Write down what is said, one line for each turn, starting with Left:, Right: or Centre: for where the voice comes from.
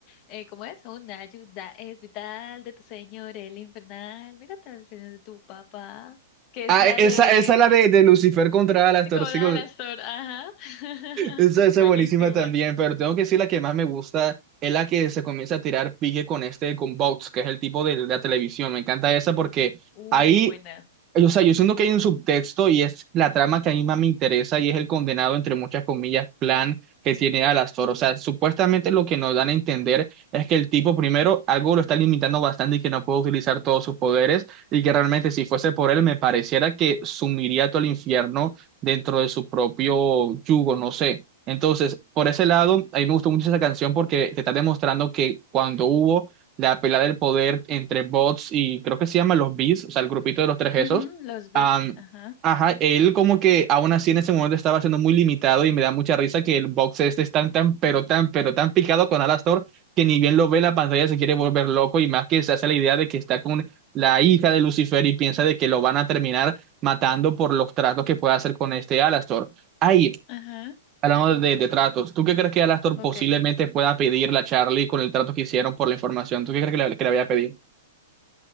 Left: eh, ¿cómo es? Una ayuda es vital de tu señor, el infernal. Mira tan señor de tu papá, que
Right: Ah,
Left: es la
Right: e,
Left: de,
Right: esa, esa la de, de Lucifer contra las
Left: de
Right: torcidas.
Left: Coral Astor. Ajá. <laughs>
Right: Esa, esa
Left: Buenísima.
Right: es buenísima también, pero tengo que decir la que más me gusta es la que se comienza a tirar pique con este, con Vox, que es el tipo de, de la televisión. Me encanta esa porque
Left: Uh,
Right: ahí
Left: buena.
Right: O sea, yo siento que hay un subtexto y es la trama que a mí más me interesa y es el condenado, entre muchas comillas, plan que tiene Alastor. O sea, supuestamente lo que nos dan a entender es que el tipo, primero, algo lo está limitando bastante y que no puede utilizar todos sus poderes y que realmente si fuese por él me pareciera que sumiría todo el infierno dentro de su propio yugo, no sé. Entonces, por ese lado, a mí me gustó mucho esa canción porque te está demostrando que cuando hubo... la pelea del poder entre bots y creo que se llama los Beasts, o sea, el grupito de los tres
Left: Ujú,
Right: esos,
Left: los beats,
Right: Am,
Left: ajá,
Right: ajá, él como que aún así en ese momento estaba siendo muy limitado y me da mucha risa que el box este es tan, tan, pero tan, pero tan picado con Alastor que ni bien lo ve en la pantalla se quiere volver loco y más que se hace la idea de que está con la hija de Lucifer y piensa de que lo van a terminar matando por los tratos que pueda hacer con este Alastor. Ahí,
Left: ajá,
Right: hablando de, de tratos, ¿tú qué crees que Alastor
Left: ok.
Right: posiblemente pueda pedirle a Charlie con el trato que hicieron por la información? ¿Tú qué crees que le, que le vaya a pedir?